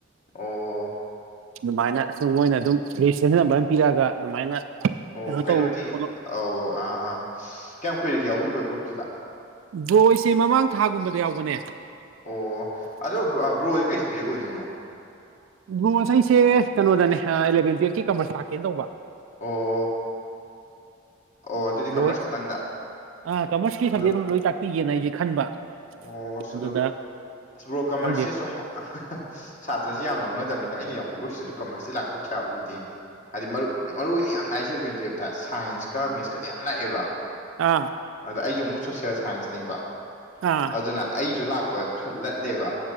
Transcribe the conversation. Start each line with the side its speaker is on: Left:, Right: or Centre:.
Left: ꯑꯣ
Right: ꯑꯗꯨꯃꯥꯏꯅ ꯁꯨꯝ ꯃꯣꯏꯅ ꯑꯗꯨꯝ ꯔꯦꯖꯤꯁꯇ꯭ꯔꯦꯁꯟ ꯅꯝꯕꯔ ꯑꯃ ꯄꯤꯔꯛꯑꯒ ꯑꯗꯨꯃꯥꯏꯅ
Left: ꯑꯣ
Right: ꯀꯩꯅꯣ
Left: ꯀꯩꯅꯣꯗꯤ
Right: ꯇꯧꯔꯣ ꯈꯣꯠꯂꯣ
Left: ꯑꯧ ꯑꯥ ꯀꯌꯥꯝ ꯀꯨꯏꯔꯒꯦ ꯌꯥꯎꯕꯤꯕ ꯒ꯭ꯔꯨꯞꯇꯨꯗ
Right: ꯕ꯭ꯔꯣ ꯑꯩꯁꯦ ꯃꯃꯥꯡ ꯊꯥꯒꯨꯝꯕꯗ ꯌꯥꯎꯕꯅꯦ
Left: ꯑꯣ ꯑꯗꯣ ꯑꯥ ꯕ꯭ꯔꯣꯖꯦ ꯀꯩ ꯁꯕꯖꯦꯛ ꯑꯣꯏꯗꯣꯏꯅꯣ
Right: ꯕ꯭ꯔꯣ ꯉꯁꯥꯏꯁꯦ ꯀꯩꯅꯣꯗꯅꯦ ꯑꯥ ꯑꯦꯂꯚꯦꯟ ꯇꯨꯋꯦꯜꯞꯀꯤ ꯀꯃꯔꯁ ꯇꯥꯛꯀꯦꯅ ꯇꯧꯕ
Left: ꯑꯣ ꯑꯣ ꯑꯗꯨꯗꯤ
Right: ꯕ꯭ꯔꯣ
Left: ꯀꯃꯔꯁ ꯈꯛꯇꯪꯗ
Right: ꯑꯥ ꯀꯃꯔꯁꯀꯤ ꯁꯕꯖꯦꯛ
Left: ꯑꯗꯣ
Right: ꯑꯗꯨꯝ ꯂꯣꯏ ꯇꯥꯛꯄꯤꯒꯦꯅ ꯑꯩꯁꯦ ꯈꯟꯕ
Left: ꯑꯣ ꯑꯁ
Right: ꯑꯗꯨꯗ
Left: ꯑꯗꯣ ꯕ꯭ꯔꯣ ꯀꯃꯔꯁꯁꯦ
Right: ꯈꯪꯗꯦ
Left: ꯁꯨꯝ ꯑꯍꯥꯍꯥ ꯁꯥꯇ꯭ꯔꯁꯦ ꯌꯥꯝ ꯂꯧꯅꯗꯕꯅꯤꯅ ꯑꯩꯅ ꯌꯥꯎꯕ ꯒ꯭ꯔꯨꯞꯁꯤꯗꯖꯨ ꯀꯃꯔꯁꯇꯤ ꯂꯥꯛꯄ ꯀꯌꯥ ꯎꯗꯦꯅꯦ ꯍꯥꯏꯗꯤ ꯃꯔꯨ ꯃꯔꯨ ꯑꯣꯏꯅ ꯌꯥꯝ ꯂꯥꯛꯏꯁꯦ ꯑꯦꯂꯕꯦꯟ ꯇꯨꯌꯦꯜꯞꯇ ꯁꯥꯏꯟꯁꯀ ꯃꯦꯠꯁꯀꯗꯤ ꯌꯥꯝ ꯂꯥꯛꯑꯦꯕ
Right: ꯑꯥ
Left: ꯑꯗ ꯑꯩꯁꯨ ꯑꯃꯨꯛ ꯁꯣꯁꯌꯦꯜ ꯁꯥꯏꯟꯁꯅꯦꯕ
Right: ꯑꯥ
Left: ꯑꯗꯨꯅ ꯑꯩꯁꯨ ꯂꯥꯛꯄ ꯈꯔ ꯂꯠꯂꯦꯕ